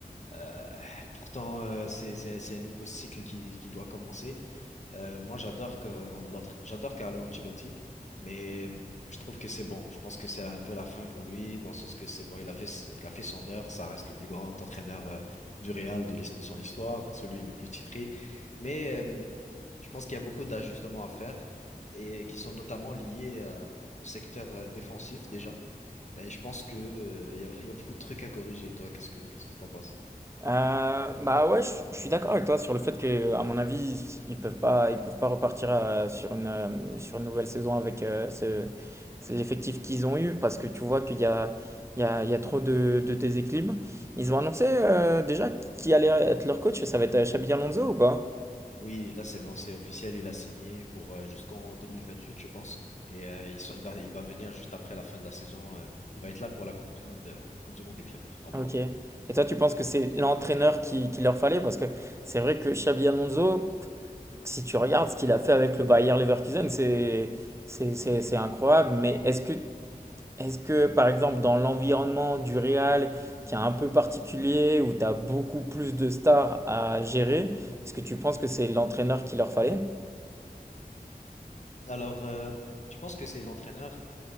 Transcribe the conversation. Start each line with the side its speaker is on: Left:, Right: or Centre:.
Left: Euh, pourtant, euh, c'est c'est- c'est un nouveau cycle qui, qui doit commencer. Euh, moi, j'adore que l'autre, j'adore Carlo Ancelotti, mais euh, je trouve que c'est bon. Je pense que c'est un peu la fin pour lui, dans le sens que c'est bon, il a fait, s- il a fait son heure, ça reste le plus grand entraîneur euh, du Real de l'his- de son histoire, celui le plus titré, mais euh, je pense qu'il y a beaucoup d'ajustements à faire et qui sont notamment liés euh, au secteur euh, défensif déjà. Mais je pense que euh, il y a, il y a beaucoup de trucs à corriger. Toi, qu'est-ce que qu'est-ce que t'en penses?
Right: Euh, bah ouais, je, je suis d'accord avec toi sur le fait que, à mon avis, ils peuvent pas, ils peuvent pas repartir euh, sur une, euh, sur une nouvelle saison avec euh, ce, c'est l'effectif qu'ils ont eu parce que tu vois qu'il y a, il y a, il y a trop de, de déséquilibre. Ils ont annoncé euh, déjà qui allait être leur coach, ça va être euh, Xabi Alonso ou pas?
Left: Oui, là c'est bon, c'est officiel. Il a signé pour euh, jusqu'en 2028, je pense. Et euh, ils sont- il va il va venir juste après la fin de la saison. euh, il va être là pour la Coupe du Monde, euh, Coupe du Monde des clubs normalement.
Right: Ok. Et toi, tu penses que c'est l'entraîneur qui, qui leur fallait? Parce que c'est vrai que Xabi Alonso, si tu regardes ce qu'il a fait avec le Bayer Leverkusen, c'est c'est- c'est- c'est incroyable. Mais est-ce que Est-ce que, par exemple, dans l'environnement du Real, qui est un peu particulier, où tu as beaucoup plus de stars à gérer, est-ce que tu penses que c'est l'entraîneur qu'il leur fallait?
Left: Alors, euh, je pense que c'est l'entraîneur